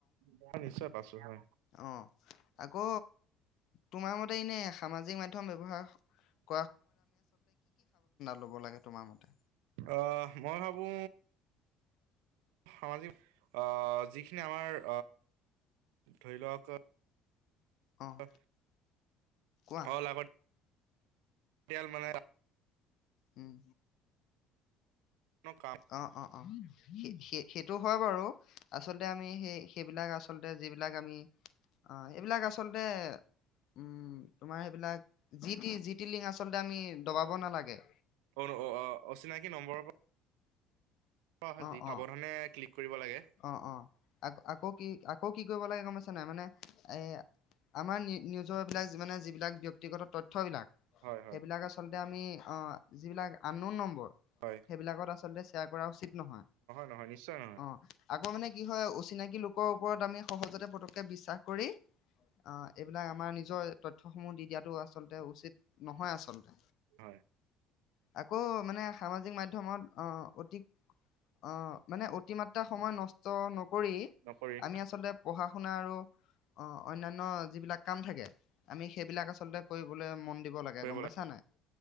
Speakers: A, on the right; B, on the left.
A: ম নিশ্চয় পাইছো হয়
B: অ আকৌ তোমাৰ মতে নে সামাজিক মাধ্যম ব্যৱহাৰ হ। ল'ব লাগে তোমাৰ মতে?
A: অহ মই ভাৱো। সামাজিক যিখিনি আমাৰ ধৰি লওক।
B: অ',
A: এ
B: কোৱা
A: অলাগতিয়াল লাগতিয়াল মানে।
B: উম
A: কাম
B: অ অ অ সেইটো হয় বাৰু আচলতে আমি সেই সেইবিলাক আচলতে যিবিলাক আমি অ এইবিলাক আচল আচলতে, উম তোমাৰ সেইবিলাক যি টি যি টি লিং আচলতে আমি দবাব নালাগে।
A: অ অ অ অচিনাকি নম্বৰৰ পৰা অহা
B: অ
A: যি সাৱধানে
B: অ
A: ক্লিক কৰিব লাগে
B: অ অ আকৌ আকৌ কি আকৌ কি কৰিব লাগে গম পাইছা নাই মানে এ আমাৰ নিজৰ বিলাকে যিমানে যিবিলাক ব্যক্তি ব্যক্তিগত তথ্যবিলাক
A: হয় হয়
B: সেইবিলাক আচলতে আমি অহ। যিবিলাক আন নন নম্বৰ
A: হয়
B: সেইবিলাকত আচলতে এয়া কৰা উচিত। নহয়
A: নহয় নিশ্চয় নহয়
B: অঁ আকৌ মানে। কি হয় অচিনাকি কি লোকৰ ওপৰত আমি সহজতে পটকৈ বিশ্বাস কৰি আঁহ এইবিলাক আমাৰ নিজৰ তথ্যসমূহ দি দিয়াটো আচলতে উচিত। নহয় আচলতে,
A: হয়
B: আকৌ মানে সামাজিক মাধ্যম মাধ্যমত আঁ অতিক অঁ মানে অতিমাত্ৰা সময় নষ্ট ষ্ট নকৰি
A: নকৰি
B: আমি আচলতে পঢ়া শুনা আৰু অঁ অন্যান্য যিবিলাক কাম থাকে আমি সেইবিলাক আচলতে কৰিবলৈ মন দিব লাগে
A: কৰিব
B: গম পাইছা নাই